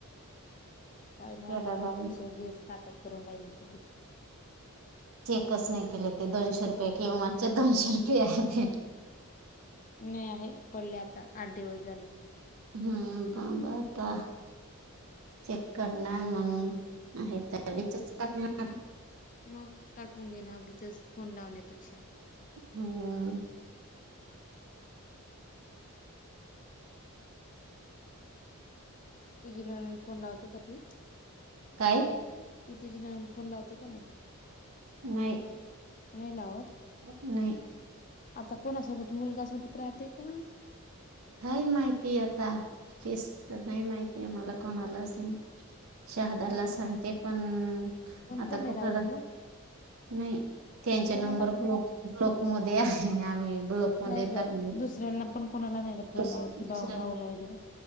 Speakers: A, on the left (about 35°); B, on the right (about 70°).
A: काही नाही आहे
B: दादा
A: मग पैसे उगीच नाटक करून राहिलेती
B: चेकच नाही केले ते दोनशे रुपये केव्हाचे दोनशे रुपये आहे ते
A: नाही आहे पडले आता आठ दिवस झाले
B: हम्म प बता चेक करणार मग आहे तर विचच टाकणार
A: मग टाकून घे ना उगीचच तेच फोन लावण्यापेक्षा
B: हम्म
A: तुझी ननंद फोन लावते का ती?
B: काय
A: ती तुझी नणंद फोन लावते का नाही
B: नाही
A: नाही लावत
B: नाही
A: आता कोणासोबत मुलगा सोबत राहते का
B: काय माहिती आता तेच तर नाही माहिती मला कोणालाच नाही शहादाला
A: हा का
B: सांगते पण
A: फोन
B: आता
A: पण नाही
B: कुठला
A: लावत मग
B: नाही त्यांचे
A: कोणालाच
B: नंबर ब्लॉक
A: नाही
B: ब्लॉक मध्ये आहे आम्ही ब्लॉक मध्ये
A: नाही ग
B: टाकले
A: दुसऱ्यांना पण कोणाला नाही फोन
B: दुसऱ्यां
A: लावत ती भाऊ भाऊला वगैरे